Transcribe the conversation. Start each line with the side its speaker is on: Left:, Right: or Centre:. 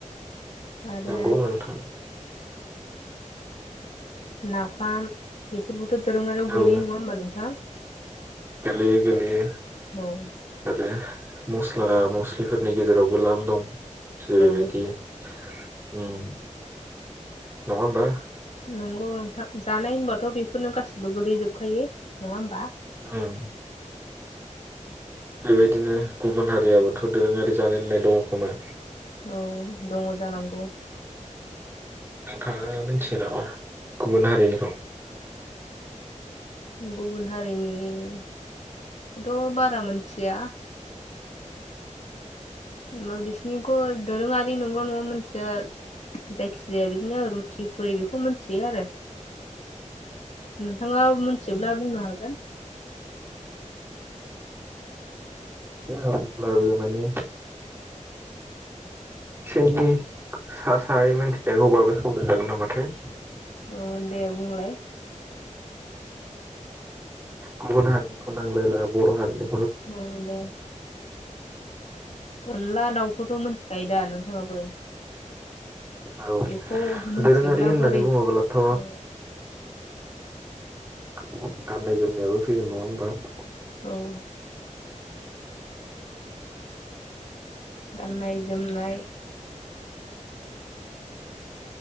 Left: आरो
Right: नंगौ नोंथां
Left: नाफाम बेफोरबोथ दोरोङारियाव
Right: औ
Left: गोलैयो नङा होमबा नोंथां
Right: गोलैयो गोलैयो।
Left: ओम।
Right: ओह मस्ला मस्लिफोरनि गेजेरावबो लाम दं जेरैबादि
Left: औ
Right: ओम नङा होनबा?
Left: नंगौ नोंथां जानाय होनबाथ बेफोरनो गासिबो गोलैजोब। सखायो नङा होमबा?
Right: उम बेबायदिनो गुबुन हारियाबोथ दोरोङारि जानाय लोंनाय दङ खोमा।
Left: औ दङ जानांगौ।
Right: नोंथाङा मिनथियोनामा गुबुन हारिनिखौ?
Left: गुबुन हारिनिखौथ' बारा मोनथिया ओ बिसिोरनिखौ दोरोङारि नंगौना नङा मोनथिया जायखि जाया बिदिनो रुथि फुरि बेखौ मिथियो आरो नोंथाङा मोनथियोब्ला बुंनो हागोन
Right: थिया अब्लाबो माने <unintelligible> अब्लाबो स जागोन नामाथाय
Left: औ दे बुंलाय
Right: गुबुन हारिनिखौ नांलायला बर' हारिनि
Left: औ दे अनला दाउखौथ' मोनथिखायो दा नोंथाङाबो
Right: औ
Left: बेखौ मोन्थियोब्ला
Right: दोरोङारि होननानै
Left: बोरै
Right: बुङोब्लाथ'
Left: ओ
Right: <unintelligible>
Left: औ गाननाय जोमनाय